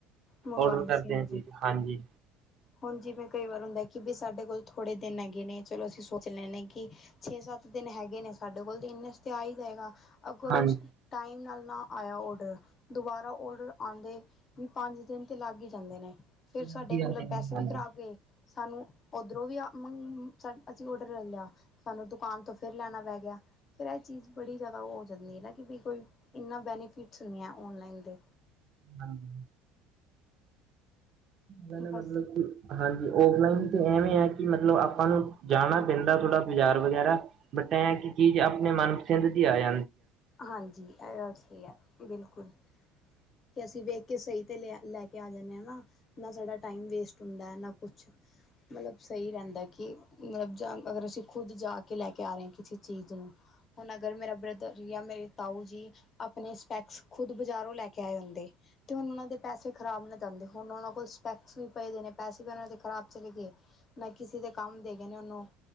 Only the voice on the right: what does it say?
ਔਡਰ ਕਰਦੇ
ਹਾਂ ਚੀਜ਼ ਹਾਂਜੀ
ਹਾਂਜੀ
ਵਧੀਆ
ਨੇ।
ਹਾਂਜੀ
ਹਾਂਜੀ ਨਾ-ਨਾ
ਮਤਲਬ ਕਿ ਹਾਂਜੀ ਔਫਲੈਂਨ ਤੇ ਇਵੇਂ ਆ ਕਿ ਮਤਲਬ ਆਪਾਂ ਨੂੰ ਜਾਣਾ ਪੈਂਦਾ ਥੋੜ੍ਹਾ ਬਜ਼ਾਰ ਵਗੈਰਾ ਬਟ ਇਹ ਹੈ ਕਿ ਚੀਜ਼ ਆਪਣੇ ਮਨ <unintelligible>